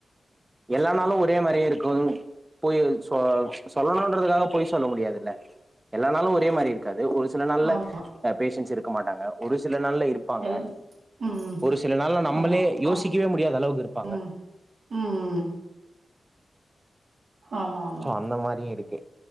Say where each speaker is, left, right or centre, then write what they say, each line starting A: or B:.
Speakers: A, on the right (about 25°); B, on the right (about 70°).
A: எல்லானாலும் ஒரே மாதிரியே இருக்கும் போய் சொல்லணும்ன்றதுக்காக போய் சொல்ல முடியாதுல்ல எல்லனாலும் ஒரு ஒரேமாரி இருக்காது ஒரு சில நல்ல
B: ஆமா
A: பேஷன்ஸ் இருக்கு மாட்டாங்க ஒரு சில சில நாள்ல இருப்பாங்க
B: எல் ம் ம்
A: ஒரு சில நாள்ல நம்மளே
B: ஆமா ஹாஸ்
A: யோசிக்கவே முடியாத அளவுக்கு இருப்பாங்க
B: ம் ம் ஆமா ஆமா
A: சோ அந்த மாரி இருக்கே